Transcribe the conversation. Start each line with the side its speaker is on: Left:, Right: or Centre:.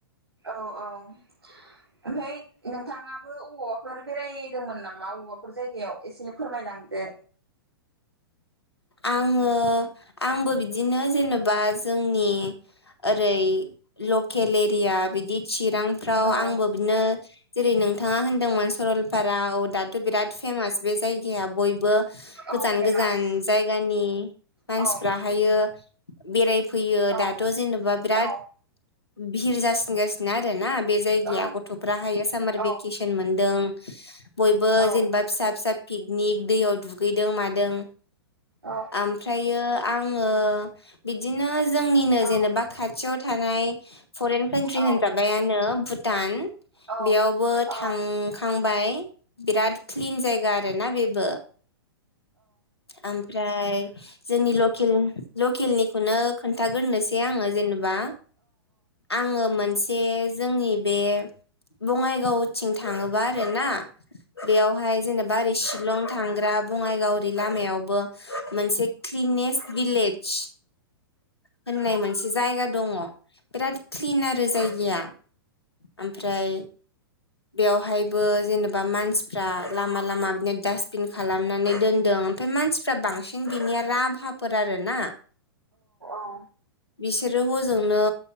Right: औ औ ओमफ्राय नोंथाङा बो अबावबाफोर बेरायदोंमोन नामा अबावबाफोर जायगायाव एसे फोरमायलांदो
Left: आङो आंबो बिदिनो जेनेबा जोंनि ओरै लकेल एरिया बिदि चिरांफ्राव
Right: औ
Left: आंबो बिदिनो जेरै नों नोंथाङा होनदोंमोन सरलपारा औ दाथ बिराद फेमास बे जायगाया बयबो
Right: औ
Left: गोजान
Right: फेमास
Left: गोजा गोजान जायगानि मानसिफ्राहायो
Right: औ
Left: बेराय फैयो
Right: औ
Left: दाथ जेनबा बिराद
Right: औ
Left: भिर जासिनगासिनो ना आरो ना बे जायगाया
Right: औ
Left: गथ'फ्राहायो सामार
Right: औ
Left: भेकेसन मोनदों बयबो
Right: औ
Left: जेनेबा फिसा फिसा पिकनिक दैयाव दुगैदों मादों
Right: औ
Left: ओमफ्रायो आंङो बिदिनो जोंनिनो
Right: औ
Left: जेनेबा खाथियाव थानाय फरेन कान्ट्रि
Right: औ
Left: होनजाबायानो भुटान
Right: औ
Left: बेयावबो
Right: थ' जों औ
Left: थांखांबाय
Right: औ
Left: बिराद क्लिन जायगा आरोना बेबो ओमफ्राय जोंनि लकेल लकेलनिखौनो खोन्थागोरनोसै आंङो जेनेबा आंङो मोनसे जोंनि बे बङाइगावथिं थाङोबा आरोना बेयावहाय जेनेबा ओरै शिलं थांग्रा बङाइगाव ओरै लामायावबो मोनसे क्लिनेस्ट भिलेज होननाय मोनसे जायगा दंङ बिराद क्लिन आरो जायगाया ओमफ्राय बेवहायबो जेनेबा बा मानसिफ्रा लामा लामा बिदिनो डास्टबिन खालामनानै दोन दोनदों ओमफ्राय मानसिफ्रा बांसिन बिनिया राभा फोर आरोना
Right: औ
Left: बिसोर हजोंनो